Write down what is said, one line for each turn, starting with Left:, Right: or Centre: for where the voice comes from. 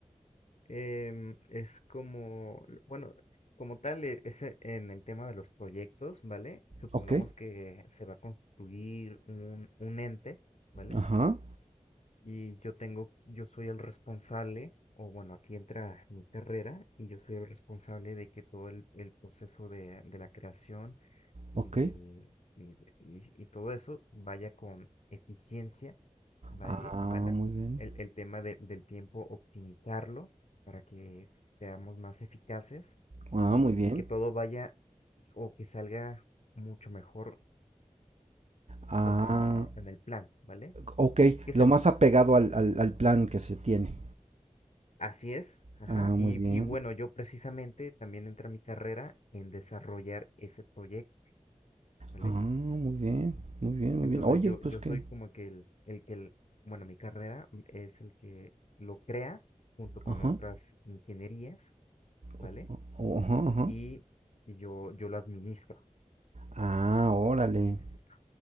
Left: Em, es como, bueno, como tal, e- es e- en el tema de los proyectos, ¿vale? Supongamos
Right: Ok.
Left: que se va a construir un, un ente, ¿vale?
Right: Ajá.
Left: y yo tengo, yo soy el responsable, o bueno, aquí entra mi carrera y yo soy el responsable de que todo el, el proceso de, de la creación y
Right: Ok.
Left: del y, de- y- y todo eso vaya con eficiencia, vaya,
Right: Ah,
Left: ¿vale?
Right: muy bien.
Left: El, el tema de- del tiempo, optimizarlo para que seamos más eficaces
Right: Ah,
Left: y,
Right: muy bien.
Left: y que todo vaya o que salga mucho mejor
Right: Ah,
Left: como en el plan, ¿vale?
Right: Ok,
Left: Que sa-
Right: lo más apegado al,
Left: ajá.
Right: al, al plan que se tiene.
Left: Así es, ajá.
Right: Ah,
Left: Y,
Right: muy bien.
Left: y bueno, yo precisamente también entré a mi carrera en desarrollar ese proyecto, ¿vale?
Right: Ah, muy bien. Muy bien, muy
Left: Entonces
Right: bien. Oye,
Left: yo,
Right: pues
Left: yo
Right: qué.
Left: soy como que el, el que, el- bueno, mi carrera es el que lo crea junto con
Right: Ajá.
Left: otras ingenierías, ¿vale?
Right: o- o- Ajá, ajá.
Left: Y, y yo, yo lo administro,
Right: Ah, órale.
Left: por así decirlo.